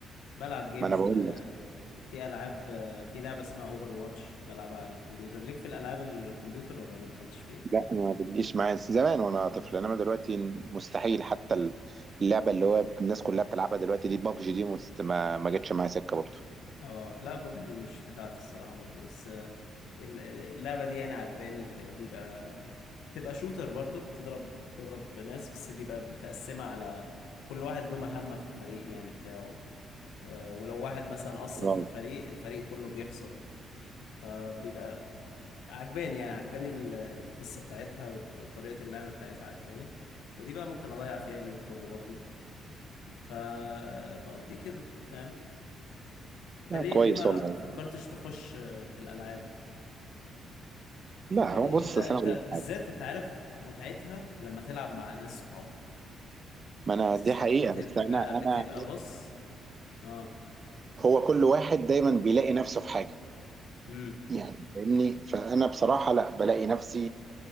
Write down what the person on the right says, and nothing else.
ما انا بقول
لك
لا ما بتجيش معايا زمان وانا طفل انما دلوقتي مستحيل حتى اللعبة اللي هو الناس كلها بتلعبها دلوقتي دي بابجي دي مست- ما ما جتش معايا سكة برضه
آه.
لا
كويس
والله
لا
هو بص
أصل انا اقول لك
حاجة
ما انا
دي حقيقة
بس انا انا
هو كل واحد دايما بيلاقي نفسه في حاجة
يعني فاهمني فانا بصراحه لا بلاقي نفسي